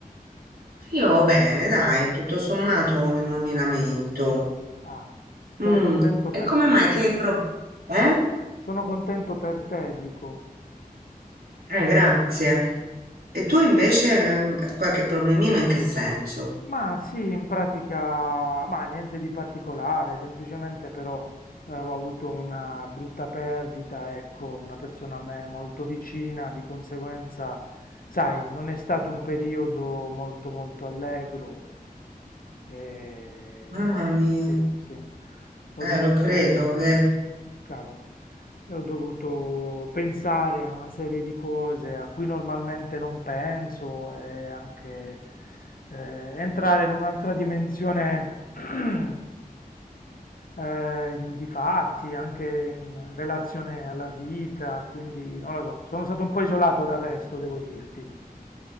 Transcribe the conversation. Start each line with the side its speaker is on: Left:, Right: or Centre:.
Right: Io bene, dai, tutto sommato n- non mi lamento.
Left: Ah, sono
Right: Mm,
Left: Ah, mi contento per
Right: e come
Left: dispiace.
Right: mai che
Left: te.
Right: pro- Eh?
Left: Sono contento per te, dico.
Right: Eh, grazie. E tu invece ehm, qualche problemino in che senso?
Left: Ma sì, in pratica, ma niente di particolare, semplicemente però eh, ho avuto una brutta perdita, ecco, una persona a me molto vicina, di conseguenza, sai, non è stato un periodo molto molto allegro. E
Right: Mamma mia,
Left: sì, sì, ho
Right: eh,
Left: dovuto,
Right: lo credo, eh.
Left: cavolo, e ho dovuto pensare a una serie di cose a cui normalmente non penso e anche eh, entrare in un'altra dimensione <clears throat> eh, di, di fatti, anche in relazione alla vita, quindi non lo so, sono stato un po' isolato dal resto, devo dirti.